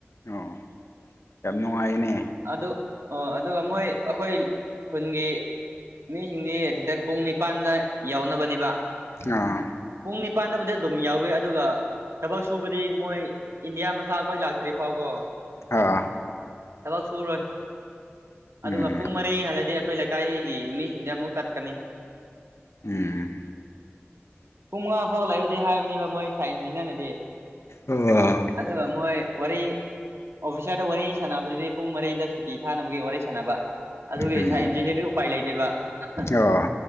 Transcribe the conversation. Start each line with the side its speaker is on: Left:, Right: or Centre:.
Left: ꯑꯣ ꯌꯥꯝ ꯅꯨꯡꯉꯥꯏꯅꯦ
Right: ꯑꯗꯨ ꯑꯣ ꯑꯗꯨꯒ ꯃꯣꯏ ꯑꯩꯈꯣꯏ ꯈꯨꯟꯒꯤ ꯃꯤꯁꯤꯡꯗꯤ ꯑꯁꯤꯗ ꯄꯨꯡ ꯅꯤꯄꯥꯟꯗ ꯌꯥꯎꯅꯕꯅꯤ ꯗꯨꯒ
Left: ꯑꯥ
Right: ꯄꯨꯡ ꯅꯤꯄꯥꯟꯗꯕꯨꯗꯤ ꯑꯗꯨꯝ ꯌꯧꯋꯦ ꯑꯗꯨꯒ ꯊꯕꯛ ꯁꯨꯕ ꯗꯤ ꯃꯣꯏ ꯏꯟꯗꯤꯌꯥ ꯃꯆꯥ ꯈꯣꯏ ꯂꯥꯛꯇ꯭ꯔꯤ ꯐꯥꯎꯀꯣ
Left: ꯑꯥ
Right: ꯊꯕꯛ ꯁꯨꯔꯣꯏ
Left: ꯎꯝ
Right: ꯑꯗꯨꯒ ꯄꯨꯡ ꯃꯔꯤ ꯍꯜꯂꯗꯤ ꯈꯣꯏ ꯂꯩꯀꯥꯏꯒꯤ ꯃꯤꯁꯤꯡꯗꯤ ꯑꯃꯨꯛ ꯆꯠꯀꯅꯤ
Left: ꯎꯝ
Right: ꯄꯨꯡ ꯃꯉꯥ ꯐꯥꯎ ꯂꯩꯌꯣꯗꯤ ꯍꯥꯏꯕꯅꯤꯕ ꯃꯣꯏ ꯁꯥꯏ ꯏꯟꯖꯤꯅꯤꯌꯥꯔꯅꯗꯤ
Left: ꯑꯥ
Right: ꯑꯗꯨꯒ ꯃꯣꯏ ꯋꯥꯔꯤ ꯑꯣꯐꯤꯁꯥꯔꯗ ꯋꯥꯔꯤ ꯁꯥꯟꯅꯕꯗꯨꯗꯤ ꯄꯨꯡ ꯃꯔꯤꯗ ꯁꯨꯇꯤ ꯊꯥꯅꯕꯒꯤ ꯋꯥꯔꯤ ꯁꯥꯟꯅꯕ ꯑꯗꯨꯒꯤ
Left: ꯎꯝ
Right: ꯁꯥ ꯏꯟꯖꯤꯅꯤꯌꯔꯗꯨꯗꯤ ꯎꯄꯥꯏ ꯂꯩꯇꯦꯕ ꯑꯍꯥ
Left: ꯑꯥ